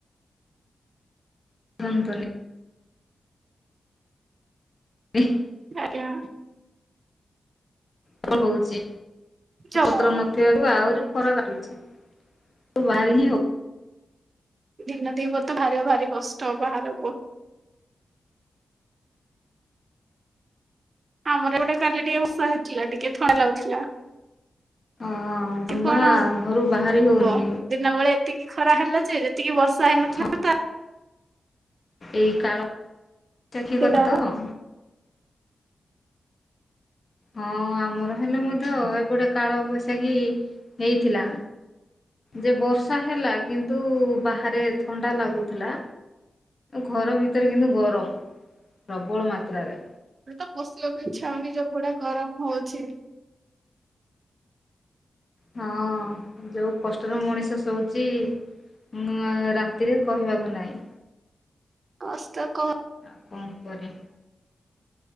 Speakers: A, on the left; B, on the right.
A: କୁହନ୍ତୁନି। ଏହ
B: ଆଜ୍ଞା।
A: କଣ ହୋଉଚି
B: ଯଉ
A: ପତ୍ର ନ ତିଆଡୁ ଆହୁରି ଖରା କଟୁଚି ଭାରି ହିଁ ହୋ
B: ଦିନ ଦିପହରେ ଭାରିଵା ଭାରି କଷ୍ଟ ବାହାରୁକୁ। ଆମର ଏପଟେ କାଲି ଟିକେ ବର୍ଷା ହେଇଥିଲା। ଟିକେ ଥଣ୍ତା ଲାଗୁଥିଲା।
A: ହଁ
B: କି
A: ତମା
B: କଣ
A: ଘରୁ ବାହାରି
B: ହବ
A: ହୋଉନି।
B: ଦିନ ବୋଳେ ଏତିକି ଖରା ହେଲା ଯେ ଯେତିକି ବର୍ଷା ହେଇନଥିଲା
A: ହଁ
B: ତା
A: ଏଇ କାଳ ତାଖି
B: ସେଟା
A: କଥା ତ? ହଁ ଆମର ହେନେ ମଧ୍ୟ ଏପଟେ କାଳ ବୈଶାଖୀ ହେଇଥିଲା। ଯେ ବର୍ଷା ହେଲା କିନ୍ତୁ ବାହାରେ ଥଣ୍ଡା ଲାଗୁଥିଲା। ଘର ଭିତରେ କିନ୍ତୁ ଗରମ ପ୍ରବଳ ମାତ୍ରାରେ।
B: ଘରେ ତ ପଷିବାକୁ ଇଛା ହୋଉନି ଯୋଉ ଭଳିଆ ଗରମ ହୋଉଚି।
A: ହଁ ଯୋଉ କଷ୍ଟରେ ମଣିଷ ଶୋଉଚି ମାଆ ରାତିରେ କହିବାକୁ ନାଇଁ।
B: କଷ୍ଟ କ
A: ଆଉ କଣ କରିବ।